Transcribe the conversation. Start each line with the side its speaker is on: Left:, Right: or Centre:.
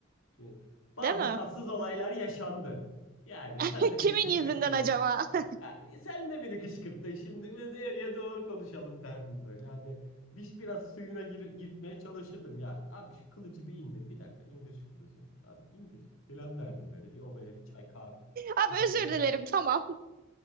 Left: Şimdi bazı
Right: Değil mi?
Left: tatsız olaylar yaşandı. Yani
Right: <laughs>
Left: sen de
Right: Kimin
Left: beni kışkırttın.
Right: yüzünden acaba? <laughs>
Left: Ya, sen de beni kışkırttın şimdi böyle doğruya doğru konuşalım derdim böyle. Hani bir, biraz suyuna gir, girtmeye çalışırdım. Ya abi şu kılıcı bir indir bir dakika indir şu kılıcı. Abi indir filan derdim böyle bir obaya bir çay kahve
Right: Abi
Left: bir şeyler.
Right: özür dilerim tamam.